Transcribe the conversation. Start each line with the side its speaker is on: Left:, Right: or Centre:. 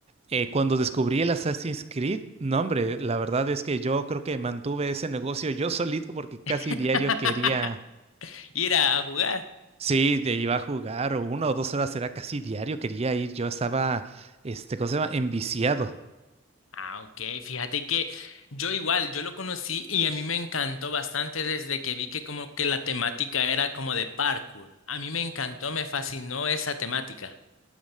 Right: eh, cuando descubrí el Assassin's Creed, no, hombre, la verdad es que yo creo que mantuve ese negocio yo solito porque casi
Left: <laughs>
Right: diario quería,
Left: Ir a, a jugar.
Right: sí, de iba a jugar o una o dos horas era casi diario, quería ir, yo estaba, este, ¿cómo se llama? Enviciado.
Left: Ah, ok. Fíjate que yo igual, yo lo conocí y a mí me encantó bastante desde que vi que como que la temática era como de parkour. A mí me encantó, me fascinó esa temática.